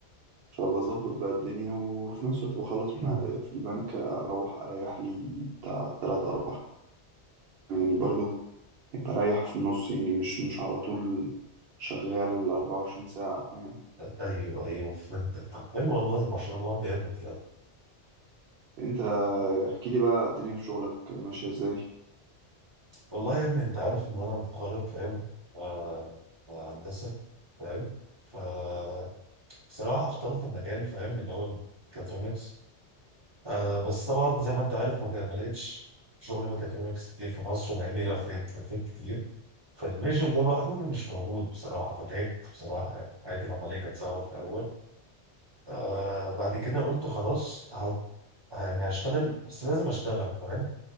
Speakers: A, on the right; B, on the right.
A: فبظبط بقى الدنيا وفي نفس الوقت بخلص
B: <clears throat>
A: مع في البنك أروح أريح لي بتاع تلات أربع يعني برضو بريح في النص يعني مش مش على طول شغال أربعة وعشرين ساعة فاهم
B: ايوه ايوه فهمتك طب حلو والله ما شاء الله جامد يعني
A: أنت احكي لي بقى الدنيا في شغلك ماشية إزاي
B: والله يا ابني انت عارف ان انا متخرج فاهم آه، آه، هندسه فاهم فبصراحه اخترت المجال فاهم اللي هو الميكاترونكس آه بس طبعا زي ما انت عارف ما ما لقيتش شغل ميكاترونكس كتير في مصر مع اني لفيت لفيت كتير فالميجر ده لوحده مش موجود بصراحه فتعبت بصراحه يعني حياتي العمليه كانت صعبه في الاول آه بعد كده قلت خلاص هت... يعني هشتغل بس لازم اشتغل فاهم